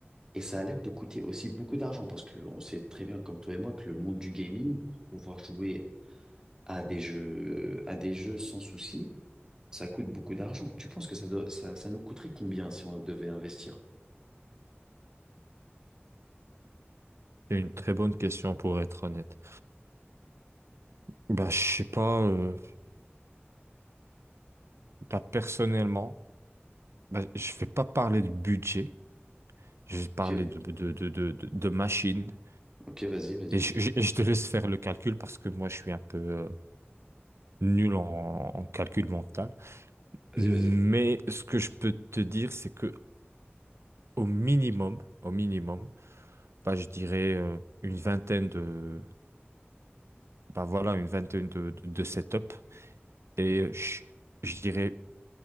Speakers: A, on the right (about 15°); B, on the right (about 90°).
A: Et ça a l'air de coûter aussi beaucoup d'argent parce qu'on sait très bien, comme toi et moi, que le monde du gaming, pour pouvoir jouer à des jeux, à des jeux sans souci, ça coûte beaucoup d'argent. Tu penses que ça, doit- ça, ça nous coûterait combien si on devait investir?
B: C'est une très bonne question, pour être honnête. Bah, je sais pas, euh, bah, personnellement, bah, je vais pas parler de budget. Je vais parler
A: Ok,
B: de, de, de, de, de, de machine.
A: ok, vas-y, vas-y,
B: Et je, je- je te laisse faire le calcul parce que moi, je suis un peu euh, nul en en calcul mental.
A: vas-y,
B: Mais
A: vas-y.
B: ce que je peux te dire, c'est que au minimum, au minimum, bah, je dirais euh, une vingtaine de, bah voilà, une vingtaine de, de, de setups et je, je dirais